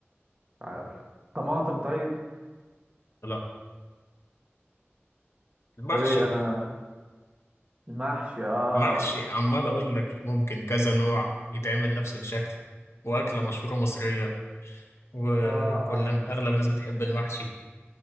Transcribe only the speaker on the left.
لا المحشي
محشي عمال اقول لك ممكن كذا نوع يتعمل نفس الشكل واكلة مشهورة مصرية وكل
اغلب الناس بتحب المحشي